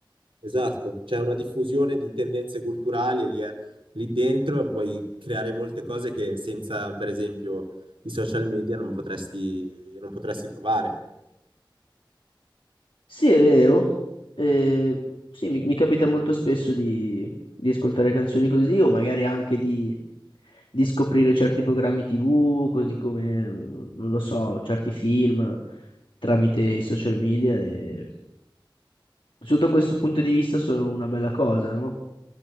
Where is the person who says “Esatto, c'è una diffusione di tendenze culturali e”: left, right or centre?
Right